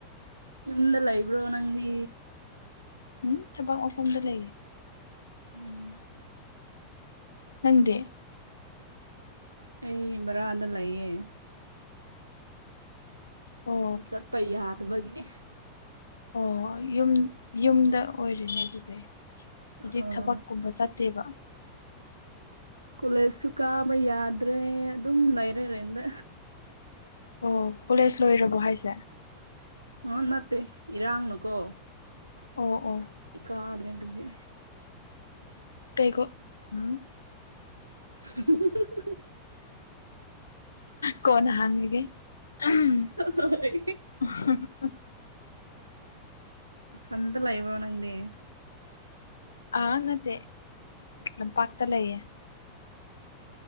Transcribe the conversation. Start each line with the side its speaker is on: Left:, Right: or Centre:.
Right: ꯌꯨꯝꯗ ꯂꯩꯕ꯭ꯔꯣ ꯅꯪꯗꯤ
Left: ꯎꯝ ꯊꯕꯛ ꯃꯐꯝꯗ ꯂꯩꯌꯦ
Right: ꯎꯝ
Left: ꯅꯪꯗꯤ
Right: ꯑꯩ ꯕꯔꯥꯗ ꯂꯩꯌꯦ
Left: ꯑꯣ
Right: ꯆꯠꯄ ꯌꯥꯗꯕꯒꯤꯅꯦ
Left: ꯑꯣ ꯌꯨꯝ ꯌꯨꯝꯗ ꯑꯣꯏꯔꯤꯅꯦ ꯑꯗꯨꯗꯤ ꯍꯥꯏꯗꯤ
Right: ꯑꯣ
Left: ꯊꯕꯛꯀꯨꯝꯕ ꯆꯠꯇꯦꯕ
Right: ꯀꯣꯂꯦꯁꯁꯨ ꯀꯥꯕ ꯌꯥꯗ꯭ꯔꯦ ꯑꯗꯨꯝ ꯂꯩꯔꯦ ꯔꯦꯟꯗ
Left: ꯑꯣ ꯀꯣꯂꯦꯖ ꯂꯣꯏꯔꯕꯣ ꯍꯥꯏꯁꯦ
Right: ꯍꯥ ꯅꯠꯇꯦ ꯏꯔꯥꯡꯅ ꯀꯣ
Left: ꯑꯣ ꯑꯣ
Right: ꯀꯥꯗ꯭ꯔꯦ ꯑꯗꯨꯒꯤ
Left: ꯀꯩꯀꯣ ꯎꯝ
Right: <unintelligible>
Left: ꯀꯣꯟꯅ ꯍꯥꯡꯉꯒꯦ <unintelligible>
Right: ꯍꯣꯏ ꯅꯊꯟꯗ ꯂꯩꯕ꯭ꯔꯣ ꯅꯪꯗꯤ
Left: ꯑꯥ ꯅꯠꯇꯦ ꯂꯝꯄꯥꯛꯇꯥ ꯂꯩꯌꯦ